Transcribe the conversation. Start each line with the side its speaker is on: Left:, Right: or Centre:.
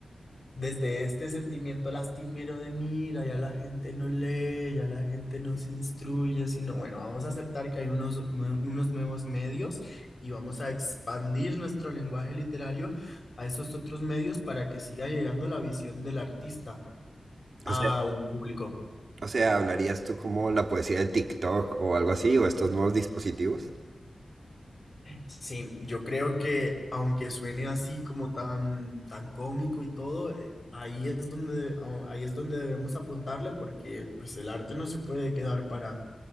Left: desde este sentimiento lastimero de mira, ya la gente no lee, ya la gente no se instruye, sino bueno, vamos a aceptar que hay unos, nue- unos nuevos medios y vamos a expandir nuestro lenguaje literario a esos otros medios para que siga llegando la visión del artista a
Right: O sea,
Left: un público.
Right: O sea, ¿hablarías tú como la poesía de TikTok o algo así, o estos nuevos dispositivos?
Left: Sí, yo creo que aunque suene así como tan, tan cómico y todo, eh, ahí es donde, a- ahí es donde debemos apuntarle porque pues el arte no se puede quedar para